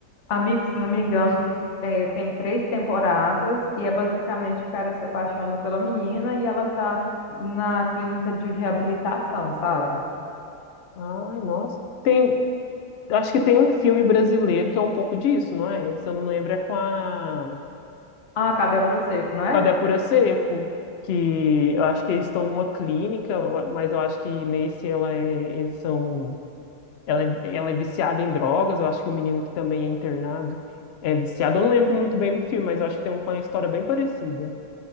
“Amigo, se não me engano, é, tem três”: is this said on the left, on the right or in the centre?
Left